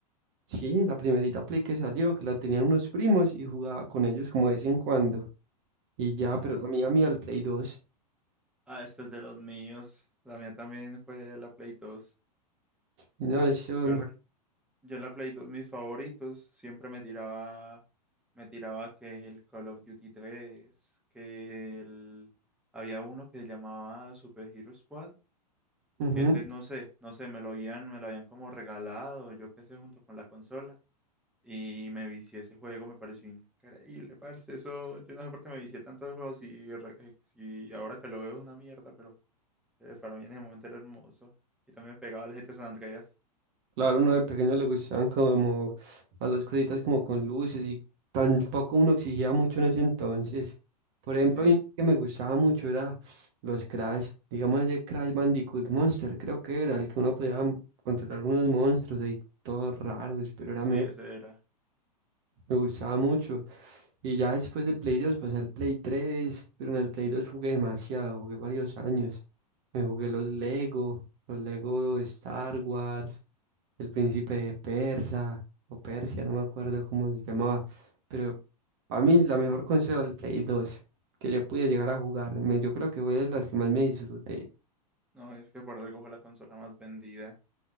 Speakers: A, on the right; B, in the centre.
A: sí, en la primerita Play que salió, que la tenían unos primos y jugaba con ellos como de vez en cuando. Y ya,
B: Ah,
A: pero
B: es-
A: la mía, mía, el Play dos.
B: ah, esta es de los míos. La mía también fue la Play 2.
A: No, eso,
B: Yo, rec- yo en la Play 2 mis favoritos siempre me tiraba, me tiraba que el Call of Duty 3, que el, había uno que se llamaba Super Hero Squad
A: ujú.
B: que ese no sé, no sé, me lo habían, me lo habían como regalado, yo qué sé, junto con la consola. Y me vicié ese juego, me pareció increíble, parce. Eso, yo no sé por qué me vicié tanto de juego, si, re- eh, si ahora que lo veo es una mierda, pero eh, para mí en ese momento era hermoso. Y también pegaba al GTA San Andreas.
A: Claro, uno de pequeño le gustaban como a las cositas como con luces y tampoco uno exigía mucho en ese entonces. Por ejemplo,
B: Ey,
A: a mí que me gustaba mucho era los Crash, digamos ese Crash Bandicoot Monster, creo que era el que uno podía m- controlar unos monstruos ahí todos raros, pero era
B: sí,
A: me,
B: ese era.
A: me gustaba mucho. Y ya después del Play 2 pasé al Play 3, pero en el Play 2 jugué demasiado, jugué varios años. Me jugué los Lego, los Lego Star Wars el príncipe de Persa o Persia, no me acuerdo cómo se llamaba, pero para mí la mejor consola el Play 2 que yo pude llegar a jugar, me- yo creo que fue de las que más me disfruté.
B: No, es que por algo fue la consola más vendida.